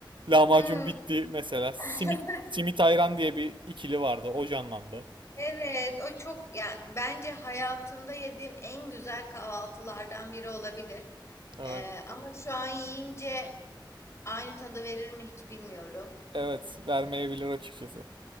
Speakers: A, on the right; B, on the left.
A: Lahmacun
B: Hmm.
A: bitti mesela. Simit
B: <laughs>
A: simit ayran diye bir ikili vardı. O canlandı.
B: Evet, o çok yani bence hayatımda yediğim en güzel kahvaltılardan biri olabilir.
A: Evet.
B: Ee, ama şu an yiyince aynı tadı verir mi hiç bilmiyorum.
A: Evet, vermeyebilir açıkçası.